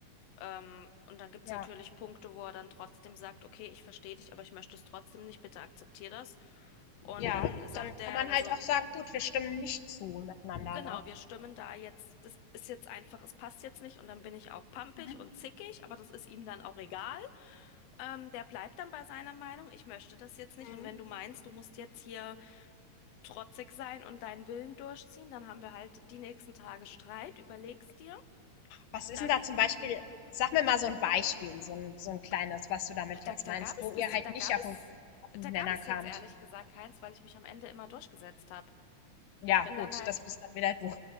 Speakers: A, on the left; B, on the left.
A: Ähm, und dann gibt's
B: Ja.
A: natürlich Punkte, wo er dann trotzdem sagt, okay, ich verstehe dich, aber ich möchte es trotzdem nicht, bitte akzeptier das. Und
B: Ja,
A: dann sagt
B: dann kann
A: er,
B: man
A: also
B: halt auch sagen: „Gut, wir stimmen nicht zu miteinander“,
A: Genau,
B: ne?
A: wir stimmen da jetzt, das ist jetzt einfach, es passt jetzt nicht und dann bin ich auch pampig
B: Mhm.
A: und zickig, aber das ist ihm dann auch egal. Ähm, der bleibt dann bei seiner Meinung, ich möchte das jetzt nicht
B: Mhm.
A: und wenn du meinst, du musst jetzt hier trotzig sein und deinen Willen durchziehen, dann haben wir halt die nächsten Tage Streit, überlegst dir.
B: Was ist
A: Dann,
B: denn da zum Beispiel sag mir mal so ein Beispiel, so ein so 'n kleines, was du damit
A: ach, da,
B: jetzt
A: da
B: meinst,
A: gab es
B: wo
A: bis,
B: ihr halt
A: da
B: nicht
A: gab
B: auf
A: es,
B: 'n auf
A: da
B: 'n Nenner
A: gab es
B: kamt.
A: jetzt ehrlich gesagt keins, weil ich mich am Ende immer durchgesetzt habe.
B: Ja,
A: Ich bin
B: gut,
A: dann halt
B: das bist dann wieder du.